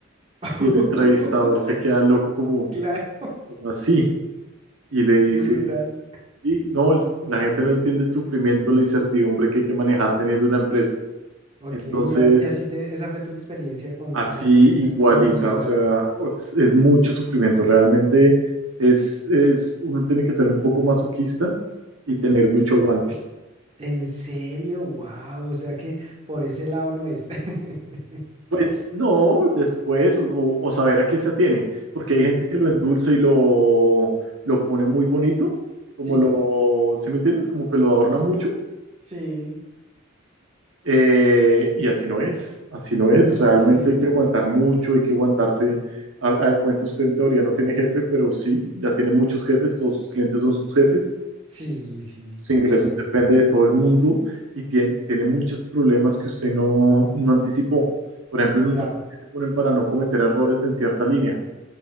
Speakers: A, on the right; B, on the right.
A: <laughs>
B: Y el entrevistador se queda loco como,
A: Claro,
B: como así y le dice,
A: brutal.
B: sí, no, el- la gente no entiende el sufrimiento, la incertidumbre que hay que manejar teniendo una empresa.
A: Ok,
B: Entonces,
A: y as- y así te, esa fue tu experiencia con,
B: así
A: con la empresa,
B: igualita,
A: con el concesionario.
B: o sea, es, es mucho sufrimiento, realmente es, es, uno tiene que ser un poco masoquista y tener mucho
A: Sí.
B: aguante.
A: ¿En serio? Wow, o sea que por ese lado no es. <laughs>
B: Pues no, después, o, o- o saber a qué se atiene, porque hay gente que lo endulza y lo, lo pone muy bonito, como
A: Sí,
B: lo, ¿sí me entiendes? Como que lo adorna mucho,
A: sí.
B: eh, y así no es, así no es,
A: Sí,
B: realmente
A: sí, sí.
B: hay que aguantar mucho, hay que aguantarse. A, a cuenta usted en teoría no tiene jefe, pero sí, ya tiene muchos jefes, todos sus clientes son sus jefes.
A: Sí, sí,
B: sus
A: de
B: ingresos
A: acuerdo.
B: depende de todo el mundo y tiene, tiene muchos problemas que usted no, no anticipó. Por ejemplo, en
A: Ya,
B: un trabajo que te ponen para no cometer errores en cierta línea.